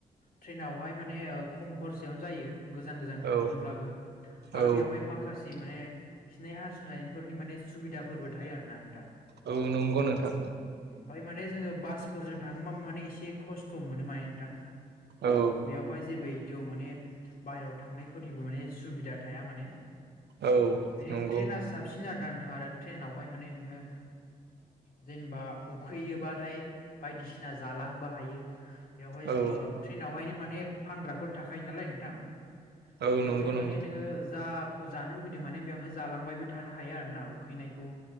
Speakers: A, on the left; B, on the right.
A: ट्रेनावहाय माने खम खरसयावनो जायो। गोजान गोजान थांनोब्लाबो।
B: औ औ
A: आरो बेवहाय माखासे माने खिनाय हासुनाय फोरनि माने सुबिदाफोरबो थायो आरोना नोंथां?
B: औ नंगौ नोंथां
A: औ ओमफ्राय माने जोङो बास बास फोरजों थाङोबा माने एसे खस्थ' मोनो माने नोंथां।
B: औ
A: बेयावहाय जेबो थेव माने बायहेरायाव थांनायफोरनिबो माने सुबिदा थाया माने।
B: औ
A: माने
B: नंगौ
A: ट्रेना साबसिन आरो ना नोंथां आरो ट्रेनावहाय माने नोङो जेनेबा उखैयोबाथाय बायदिसिना जालांबो हायो। बेवहाय
B: औ
A: ट्रेनावहायनो माने फानग्राफोर थाखायो नालाय नोंथां।
B: औ
A: बेयावहायनो
B: नंगौ नंगौ
A: माने नोङो जा खौ जानो लुुबैदों माने बेयावनो जालांबायबो थानो हायो आरो ना उखैनायखौ